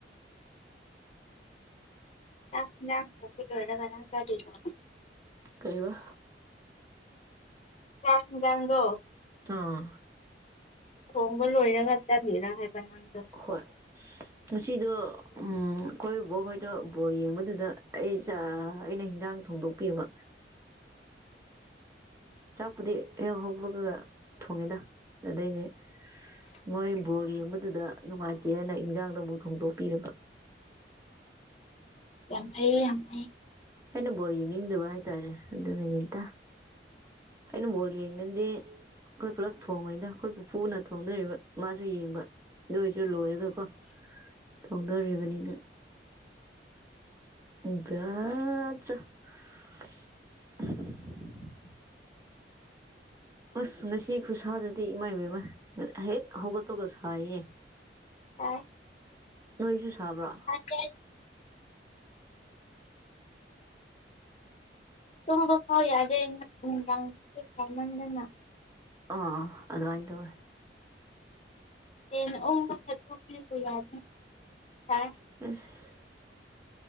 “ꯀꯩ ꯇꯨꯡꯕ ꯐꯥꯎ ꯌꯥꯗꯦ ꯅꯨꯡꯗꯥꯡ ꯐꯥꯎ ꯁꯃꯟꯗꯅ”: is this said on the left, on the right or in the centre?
Left